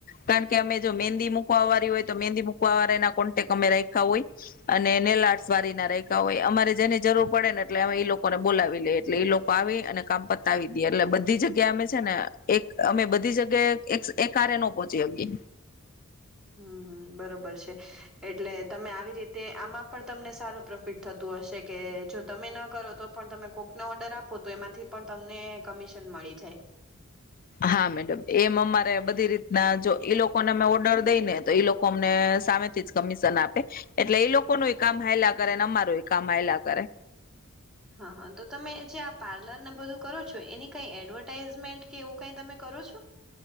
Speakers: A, on the left (about 40°); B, in the centre.
A: કારણ કે અમે જો મહેંદી મૂકવા વાળી હોય તો મહેંદી મૂકવા વાળાના કોન્ટેક અમે રખ્યા હોય, અને નેલર્ટસ વાળી ના રેખા હોય અમારે જેને જરૂર પડે ને એટલે અમે એઈ લોકોને બોલાવી લઈએ એટલે એ લોકો આવી અને કામ પતાવી દે એટલે બધી જગ્યા અમે છે ને એક અમે બધી જગ્યાએ એ કારે ન પહોંચી શકીએ.
B: હમ હમ બરોબર છે, એટલે તમે આવી રીતે આમાં પણ તમને સારું પ્રોફિટ થતું હશે કે જો તમે ન કરો તો પણ તમે કોક ના ઓર્ડર આપો તો એમાંથી પણ તમને કમિશન મળી જાય.
A: હા મેડમ એમ અમારે બધી રીતના જો એ લોકોને અમે ઓર્ડર દઈ ને તો એ લોકો અમને સામેથી જ કમિશન આપે, એટલે એ લોકો ન કામ હાયલા કરે ને અમાર એ કામ હાયલા કરે.
B: હા હા તો તમે જે આ પાર્લર ને બધું કરો છો એની કઈ એડવર્ટાાઈઝમેન્ટ કે એવું કઈ તમે કરો છો?